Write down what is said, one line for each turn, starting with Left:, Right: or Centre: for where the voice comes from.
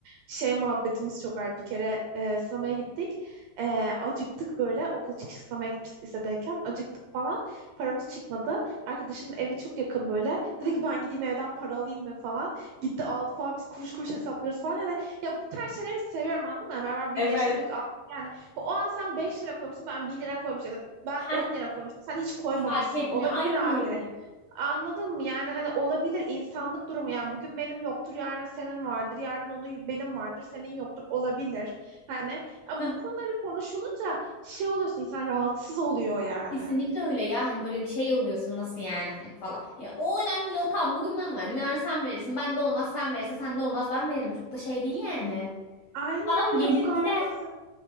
Right: Şey muhabbetimiz çok var. Bir kere e, sinemaya gittik. E, acıktık böyle. Okul çıkışı sinemaya gitmiştik lisedeyken. Acıktık falan. Paramız çıkmadı. Arkadaşın evi çok yakın böyle. Dedi ki ben gideyim evden para alayım mı falan. Gitti aldı falan. Biz kuruş kuruş hesaplıyoruz falan. Hani ya bu tarz şeyleri seviyorum anladın mı? Beraber birleştirip
Left: Evet.
Right: al. Yani o an sen 5 lira koymuşsun ben bir lira koymuşum ya da ben
Left: Hah
Right: 10 lira koymuşum. Sen hiç koymamışsın.
Left: hiç fark etmiyor.
Right: Olabilir
Left: Aynen
Right: abi.
Left: öyle.
Right: Anladın mı? Yani hani olabilir insanlık durumu. Yani bugün benim yoktur, yarın senin vardır, yarın onun benim vardır, senin yoktur olabilir. Hani ya
Left: Heh,
Right: bu konuları konuşulunca şey oluyorsun insan rahatsız oluyor yani.
Left: Kesinlikle öyle ya. Hani böyle şey oluyorsun nasıl yani hani falan. Ya o önemli değil. O tamam bugün ben verdim. Yarın sen verirsin. Ben de olmaz sen verirsin. Sen de olmaz ben veririm. Çok da şey değil yani.
Right: Aynen
Left: Param
Right: öyle
Left: gelir
Right: bu kadar
Left: gider.
Right: basit.